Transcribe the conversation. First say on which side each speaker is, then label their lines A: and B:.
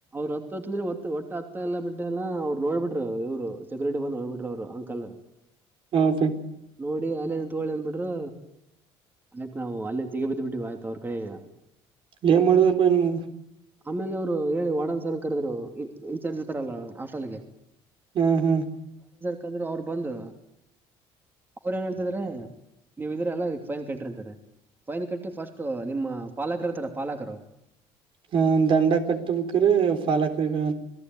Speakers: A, on the right (about 20°); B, on the right (about 50°).
A: ಹತ್ತು ಹತ್ತಿಗೆ ಇದ್ರೆ ಮ ಒಟ್ಟ ಅತ್ತ ಎಲ್ಲ ಬಿಟ್ಟೇ ಇಲ್ಲ ಅವರು ನೋಡಿ ಬಿಟ್ರು ಇವರು ಸೆಕ್ಯುರಿಟಿ ಬಂದು ನೋಡ್ಬಿಟ್ರು ಅವ್ರು ಅಂಕಲ್
B: ಹೂ ಓಕೆ
A: ನೋಡಿ ಅಲ್ಲೇ ನಿಂತ್ಕೊಳ್ರೀ ಅಂದು ಬಿಟ್ರು ಅದುಕ್ಕೆ ನಾವು ಅಲ್ಲೇ ಸಿಗೆ ಬಿದ್ದು ಬಿಟ್ವಿ ವಾಯಿತು ಅವ್ರು ಕೈಯಾಗ
B: ಎನ್ ಮಾಡದಪ್ಪ ಇನ್ನೂ ಮುಗಿದಿಲ್ಲ
A: ಆಮೇಲೆ ಅವ್ರು ಹೇಳಿ ವಾರ್ಡನ್ ಸರ್ ಕರೆದ್ರು ಇನ್ಚಾರ್ಜ್ ಇರ್ತಾಲ್ಲಾ ಹಾಸ್ಟೆಲ್ ಗೆ
B: ಹೂ ಹೂ
A: ಕರೆದ್ರು ಅವ್ರು ಬಂದು ಅವ್ರ ಏನ್ ಹೇಳ್ತಾ ಇದಾರೆ ನೀವಿದಿರಾ ಅಲ್ಲ ಇದಕ್ ಫೈನ್ ಕಟ್ರಿ ಅಂತಾರೆ ಫೈನ್ ಕಟ್ಟಿ ಫಸ್ಟ್ ನಿಮ್ಮ ಪಾಲಕರು ಇರತಾರ ಪಾಲಕರು
B: ಹ ದಂಡ ಕಟ್ಟಬೇಕು ರಿ ಪಾಲಕರಿಗಾ